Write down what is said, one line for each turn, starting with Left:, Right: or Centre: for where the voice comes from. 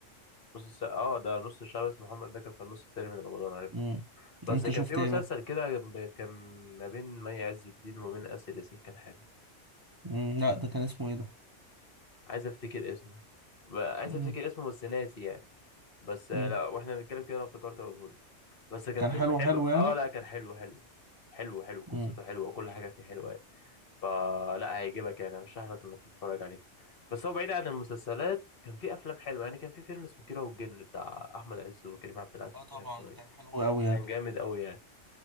Left: نص الساعة اه ده نص الشعب اسمه محمد ده كان في النص التاني من رمضان عرفته
Right: مم.
Left: بس
Right: انت
Left: كان
Right: شفت
Left: في مسلسل
Right: ايه بقى
Left: كده ب- كان ما بين مي عز الدين وما بين آسر ياسين كان حلو
Right: مم. لا ده كان اسمه ايه ده
Left: عايز افتكر اسمه بقى عايز
Right: مم.
Left: افتكر اسمه بس ناسي يعني بس
Right: مم.
Left: آه، لا واحنا بنتكلم كده لو افتكرت اقوله بس كان
Right: كان
Left: فيلم
Right: حلو
Left: حلو
Right: حلو يعني
Left: اه لا كان حلو حلو حلو حلو قصته
Right: مم.
Left: حلوه وكل حاجه فيه حلوه يعني فلا هيعجبك يعني ارشح لك انك تتفرج عليه بس هو بعيد عن المسلسلات كان في افلام حلوه يعني كان في فيلم اسمه كيرة والجن بتاع احمد عز وكريم عبد العزيز
Right: اه طبعا
Left: ده كان كويس
Right: كان حلو قوي يعني
Left: كان جامد قوي يعني